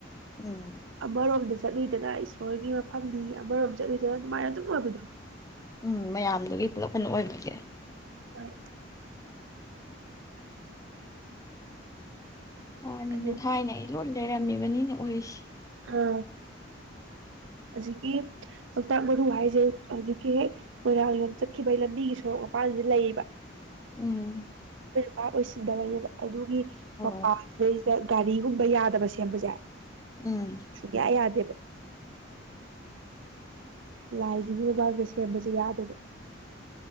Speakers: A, on the left; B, on the right.
A: ꯎꯝ
B: ꯑꯃꯔꯣꯝꯗ ꯆꯠꯂꯨꯏꯗꯅ ꯑꯩꯁꯨ ꯏꯁꯣꯔꯒꯤ ꯃꯐꯝꯗꯤ ꯑꯃꯔꯣꯝ ꯆꯠꯂꯨꯏꯗꯅ ꯑꯗꯨꯃꯥꯏꯅ ꯑꯗꯨꯝ ꯑꯣꯏꯕꯗꯣ
A: ꯎꯝ ꯃꯌꯥꯝꯗꯨꯒꯤ ꯄꯨꯂꯞ ꯀꯩꯅꯣ ꯑꯣꯏꯕꯤꯒꯦ
B: ꯍꯣꯏ
A: ꯃꯥꯅꯦ
B: ꯑꯗꯒꯤ
A: ꯊꯥꯏꯅꯦ ꯑꯩ ꯂꯣꯏ ꯑꯣꯏꯔꯝꯃꯤꯕꯅꯤꯅꯦ ꯑꯣꯏꯔꯤꯁꯤ
B: ꯑ ꯍꯧꯖꯤꯛꯀꯤ ꯂꯣꯛꯇꯥꯛ ꯃꯔꯨ ꯍꯥꯏꯁꯦ ꯍꯧꯖꯤꯛꯀꯤ ꯍꯦꯛ ꯃꯣꯏꯔꯥꯡ ꯂꯣꯝ ꯆꯠꯈꯤꯕꯒꯤ ꯂꯝꯕꯤꯒꯤ ꯁꯣꯔꯣꯛ ꯃꯄꯥꯟꯁꯤꯗ ꯂꯩꯌꯦꯕ
A: ꯎꯝ
B: ꯕꯥꯞ ꯑꯣꯏꯁꯤꯟꯗꯕꯩ ꯑꯗꯨꯒꯤ
A: ꯍꯣꯏ
B: ꯃꯄꯥꯁꯤꯗꯩꯁꯤꯗ ꯒꯥꯔꯤꯒꯨꯝꯕ ꯌꯥꯗꯕ ꯁꯦꯝꯕꯁꯦ
A: ꯎꯝ
B: ꯁꯨꯡꯌꯥ ꯌꯥꯗꯦꯕ ꯂꯥꯏꯁꯤꯒꯤ ꯃꯃꯥꯡꯗ ꯁꯦꯝꯕꯁꯦ ꯌꯥꯗꯦꯕ